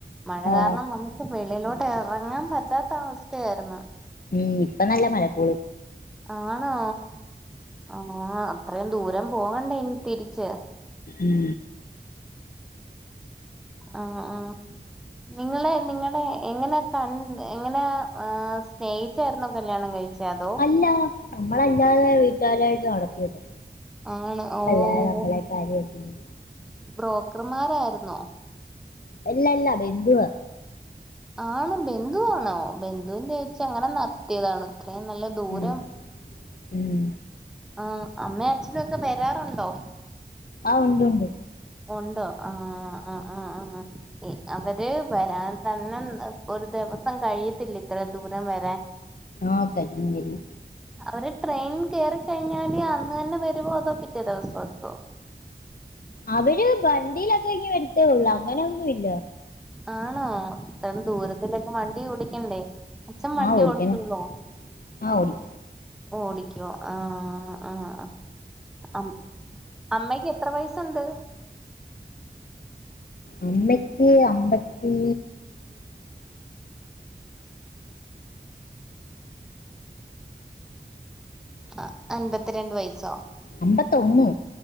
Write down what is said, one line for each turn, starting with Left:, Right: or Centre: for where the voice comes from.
Centre: മഴ
Left: ആ
Centre: കാര്ണം നമുക്ക് ഹൊഹ് വെളിയിലോട്ട് എറങ്ങാം പറ്റാത്ത അവസ്ഥായാര്ന്ന്.
Left: ഉം ഇപ്പ നല്ല മഴക്കൂള്.
Centre: ആണോ ആഹ് അത്രേം ദൂരം പോവണ്ടേ ഇനി തിരിച്ച്.
Left: ഉം
Centre: ആഹ് ആഹ് നിങ്ങളെ നിങ്ങടെ എങ്ങനെ കൺ എങ്ങനെയാ ആഹ് സ്നേഹി ച്ചായ്ർന്നോ കല്ല്യാണം കഴിച്ചെ അതൊ
Left: ല്ല നമ്മളല്ലാതെ വീട്ടാരായിട്ട് നടത്തിയത്
Centre: ആണ് ഓഹ്
Left: അല്ലാതെനമ്മളെയൊക്കാര് കെട്ടുന്നു
Centre: ബ്രോക്കർമാരായിരുന്നോ
Left: എല്ലല്ലാ, ബെന്തുവാ
Centre: ആണ്ബന്ധുവാണോ, ബന്ധുവിന്റെച്ചങ്ങനെനടത്തിയതാണൊ ഇത്രയുംനല്ലദൂരം
Left: ഉം ഉം
Centre: ആഹ്അമ്മേ അച്ഛനൊക്കെ വരാറുണ്ടോ
Left: ആ ഉണ്ട്ഉണ്ട്
Centre: ഉണ്ടോആഹ് ആആആ അവര് വരാൻതന്നെഒരുദിവസം കഴിയത്തില്ലേ ഇത്രേ ദൂരംവരാൻ
Left: ആഹ്കഴിയുംകഴിയും
Centre: അവര് ട്രെയിൻകേറിക്കഴിഞ്ഞാല് അന്ന്തന്നെവരുവോഅതോപിറ്റേ ദിവസംഎത്തോ
Left: അവര് വണ്ടിയിലൊക്കെഇങ്ങ് വരുത്തേഒള്ളു അങ്ങനെഒന്നുഇല്ല
Centre: ആണോ, ഇത്രയുംദൂരത്തിലക്കെ വണ്ടിഓടിക്കണ്ടേ അച്ഛൻവണ്ടിഓടിച്ചൂളൂ
Left: ആ ഓടിക്കണം ആ ഓടിക്കും
Centre: ഓടിക്യു ആഹ്ആഹ്അഹ് അമ്അമ്മക്കെത്ര വയസ്സുണ്ട്
Left: അമ്മക്ക്അമ്പത്തീ
Centre: അ അൻപത്തിരണ്ട് വയസ്സോ
Left: അമ്പത്തൊന്ന്